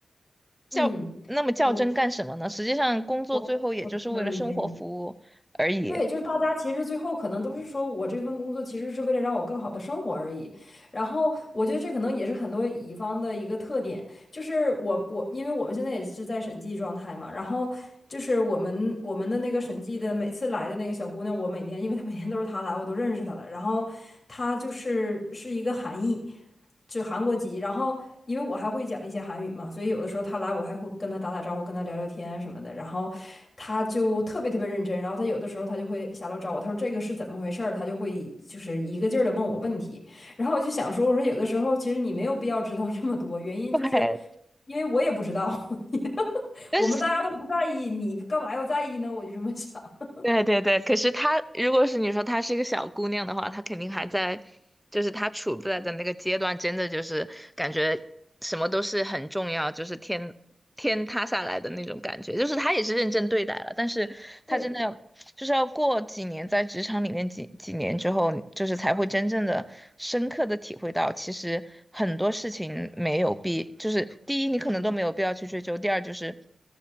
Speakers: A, in the centre; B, on the left.
A: 较那么较真干什么呢？
B: 嗯，我
A: 实际上工作最后也就是为了生活服务而已。
B: 我我能理解你。”对，就是大家其实最后可能都是说我这份工作其实是为了让我更好的生活而已，然后我觉得这可能也是很多乙方的一个特点。就是我我，因为我们现在也是在审计状态嘛，然后就是我们我们的那个审计的每次来的那个小姑娘，我每年因为她每年都是她来，我都认识她了。然后她就是是一个韩裔，就韩国籍。然后因为我还会讲一些韩语嘛，所以有的时候她来，我还会跟她打打招呼，跟她聊聊天什么的。然后她就特别特别认真，然后她有的时候她就会下楼找我，她说这个是怎么回事儿，她就会就是一个劲儿的问我问题。然后我就想说，我说有的时候其实你没有必要知道这么多，原因就是
A: 对，
B: 因为我也不知道，<laughs>
A: 但是其
B: 我们大家都不在意，你干嘛要在意呢？我就这么想。<laughs>
A: 对对对，可是她如果是你说她是一个小姑娘的话，她肯定还在，就是她处在的那个阶段，真的就是感觉什么都是很重要，就是天天塌下来的那种感觉。就是她也是认真对待了，但是她真的要就是要过几年在职场里面几几年之后，
B: 对
A: 就是才会真正的深刻的体会到，其实很多事情没有必，就是第一你可能都没有必要去追究，第二就是。